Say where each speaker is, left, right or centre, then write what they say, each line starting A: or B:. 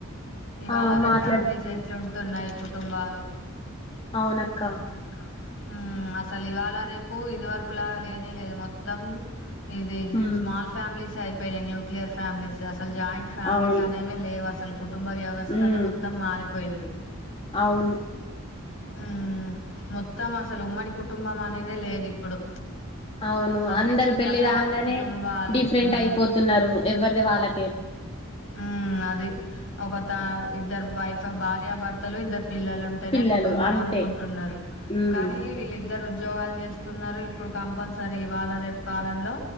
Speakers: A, on the left; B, on the left.
A: ఇవాళ
B: ఆ
A: రేపు
B: మాట్లాడుతున్నా
A: ఫ్యామిలీస్ ఎట్ల ఉంటున్నాయి కుటుంబాలు
B: అవునక్క
A: అవునక్క ఉమ్ అసలు ఇవాళ రేపు ఇదివరు మునుపులాగ లేనే లేదు మొత్తం ఇది
B: ఉమ్
A: స్మాల్ ఫ్యామిలీస్ అయిపోయినై న్యూక్లియర్ ఫ్యామిలీస్ అస్ సలు జాయింట్ ఫ్యామిలీస్
B: అవును
A: అనేవి లేవు అసలు కుటుంబ వ్యవస్థనే
B: ఉమ్
A: మొత్తం మారిపోయింది
B: అవును
A: ఉమ్ మొత్తం అసలు ఉమ్మడి కుటుంబం అనేదే లేదు ఇప్పుడు
B: అవును
A: అన్ని
B: అందరు
A: చిన్న
B: పెళ్లి
A: ఫ్యా
B: కాంగానే
A: కుటుంబాలే
B: డిఫరెంట్
A: ఉమ్
B: అయిపోతున్నారు ఎవరిది వాళ్ళకే
A: ఉమ్ అది ఒకత ఇద్దరు వైఫ్ భార్యాభర్తలు ఇద్దరు పిల్లలు ఉంటేనే
B: పిల్లలు
A: కుటుంబం
B: అంతే
A: అనుకుంటున్నరు
B: ఉమ్
A: కానీ వీళ్ళిద్దరు ఉద్యోగాలు చేస్తున్నారు, ఇప్పుడు కంపల్సరీ ఇవాళ రేపు కాలంలో